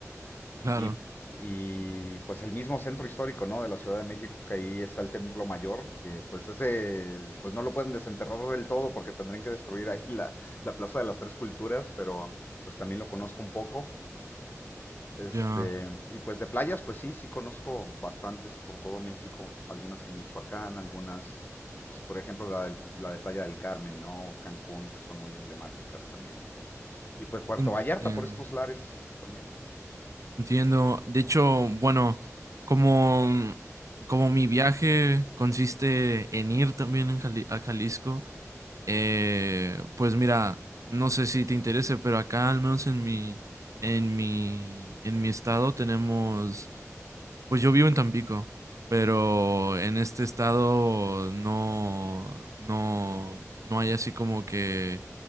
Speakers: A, on the right; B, on the left.
A: Claro,
B: Y, y, pues el mismo centro histórico, ¿no? De la Ciudad de México, que ahí está el Templo Mayor, que pues ese, pues no lo pueden desenterrar del todo porque tendrían que destruir ahí la, la Plaza de las Tres Culturas, pero pues también lo conozco un poco. Este,
A: ya
B: y pues de playas, pues sí, sí conozco bastantes por todo México, algunas en Michoacán, algunas, pues por ejemplo la, del- la de Playa del Carmen, ¿no? Cancún, que son muy emblemáticas también. Y pues Puerto
A: entiendo.
B: Vallarta por estos lares también.
A: Entiendo. De hecho, bueno, como, como mi viaje consiste en ir también en Jali- a Jalisco, eh, pues mira, no sé si te interese, pero acá al menos en mi, en mi, en mi estado tenemos, pues yo vivo en Tampico, pero en este estado no, no, no hay así como que